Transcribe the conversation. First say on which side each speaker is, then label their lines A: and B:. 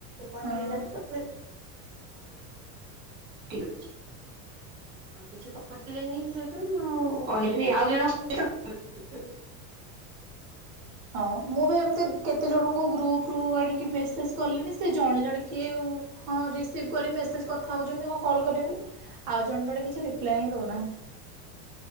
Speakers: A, on the right (about 15°); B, on the right (about 50°).
A: ହୋଉ
B: ହଁ।
A: ଠିକ୍ ଅଛି ହଁ କିଛି କହିଲେନି ଯେତଳେ ମୁଁ ଆଉ କହି ନି ଆଉ ଜଣଙ୍କ ସହିତ <unintelligible>
B: ହଁ ମୁଁ ବି ଏମିତି କେତେ ଜଣଙ୍କୁ ଗ୍ରୁପ୍ ରୁ ଆଣିକି ମେସେଜ କଲିଣି ସେଇ ଜଣେ ଜଣେ କିଏ? ହଁ ରିସିଭ୍ କରି ମେସେଜରେ କଥା ହୋଉଛନ୍ତି ହଁ କଲ୍ କରିବେ ବୋଲି। ଆଉ ଜଣେ ଜଣେ କିଛି ରିପ୍ଲାଏ ହିଁ ଦଉନାହାନ୍ତି।